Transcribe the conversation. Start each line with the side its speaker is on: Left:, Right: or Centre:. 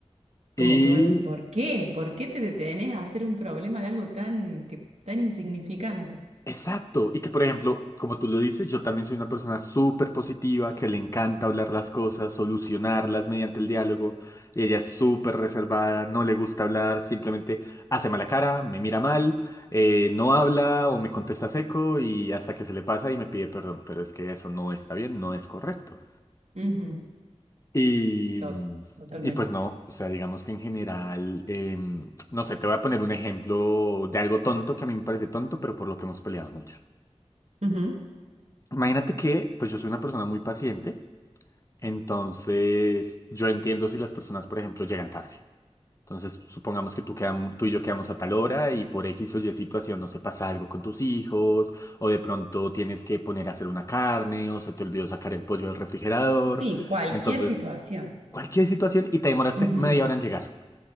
Left: Y
Right: Como que voy a decir, ¿por qué? ¿Por qué te detenés a hacer un problema de algo tan, que, tan insignificante?
Left: Exacto. Y que, por ejemplo, como tú lo dices, yo también soy una persona súper positiva, que le encanta hablar las cosas, solucionarlas mediante el diálogo. Y ella es súper reservada, no le gusta hablar, simplemente hace mala cara, me mira mal, eh, no habla o me contesta seco y hasta que se le pasa y me pide perdón. Pero es que eso no está bien, no es correcto.
Right: Ujú.
Left: Y,
Right: To-
Left: mm,
Right: Totalmente.
Left: y pues no, o sea, digamos que en general, em, no sé, te voy a poner un ejemplo de algo tonto que a mí me parece tonto, pero por lo que hemos peleado mucho.
Right: Ujú.
Left: Imagínate que, pues yo soy una persona muy paciente, entonces yo entiendo si las personas, por ejemplo, llegan tarde. Entonces, supongamos que tú, quedam- tú y yo quedamos a tal hora y por X o Y situación, no se pasa algo con tus hijos, o de pronto tienes que poner a hacer una carne, o se te olvidó sacar el pollo del refrigerador.
Right: Sí, cualquier
Left: Entonces,
Right: situación.
Left: cualquier situación y te demoraste
Right: Ujú.
Left: media hora en llegar.